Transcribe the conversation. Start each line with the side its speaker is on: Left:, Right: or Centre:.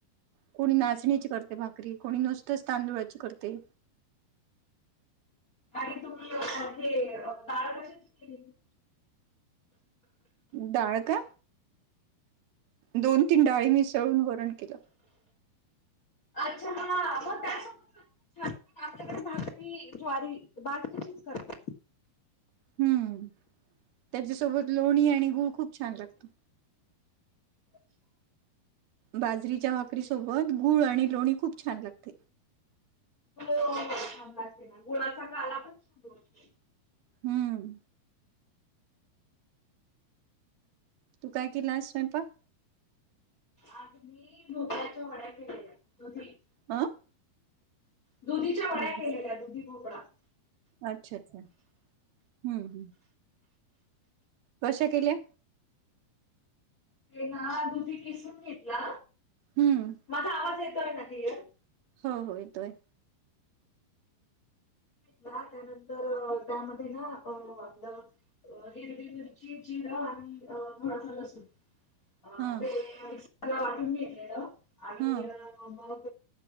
Right: कोणी नाचणीची करते भाकरी कोणी नुसतच तांदुळाची करते.
Left: आणि तुम्ही हे ताळ कशी केली.
Right: डाळ का दोन तीन डाळी मिसळून वरण केलं.
Left: अच्छा ह मग त्या. छ पण आपल्याकडे भाजरी ज्वारी भाजरीचीच करतेात.
Right: हम्म त्याच्यासोबत लोणी आणि गूळ खूप छान लागतो.
Left: अच्छा
Right: बाजरीच्या भाकरी सोबत गूळ आणि लोणी खूप छान लागते.
Left: हो हो छान ला असते ना गुळाचा काला पण छान असते.
Right: हम्म तू काय केला स्वयंपाक.
Left: आज मी दधुध्याच्या वड्या केलेल्या दुधी.
Right: अं
Left: दुधीच्या वड्या
Right: दोघीच
Left: केलेल्या दुधी भोपडा.
Right: अच्छा अच्छा हम्म हम्म कशा केल्या.
Left: ते ना दुधी किसून घेतला
Right: हम्म
Left: माझा आवाज येतोय ना त.
Right: हो हो येतोय.
Left: त्यानंतर त्यामध्ये ना अ आपलं. अ हिरवी हरची जिरं आणि म्हळथ नसून. अ
Right: हं
Left: ते मिक्रला वाटून घेतलेलं आणि
Right: हं
Left: मग.